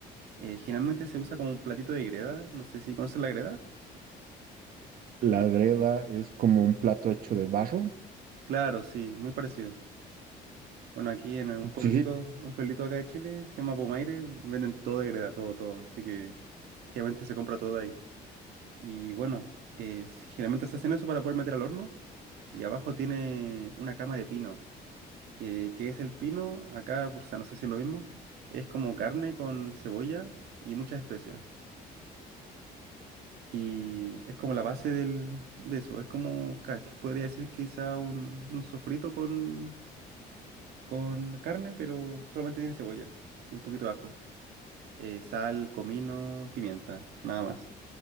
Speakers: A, on the right (about 75°); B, on the right (about 60°).
A: Eh, generalmente se usa como un platito de greda, no sé si conoces la greda.
B: La greda es como un plato hecho de barro.
A: Claro, sí, muy parecido. Bueno, aquí en un pueblito,
B: Sí, sí,
A: un pueblito acá de Chile, se llama Pomaire, venden todo de greda, todo, todo. Así que generalmente se compra todo de ahí. Y bueno, eh, generalmente se hacen eso para poder meter al horno. Y abajo tiene una cama de pino. que, que es el pino, acá, o sea, no sé si es lo mismo, es como carne con cebolla y muchas especias. Y es como la base del, de eso, es como, ca- que podría decir quizá un, un sofrito con, con carne, pero solamente tiene cebolla y un poquito de ajo, eh, sal, comino, pimienta, nada más.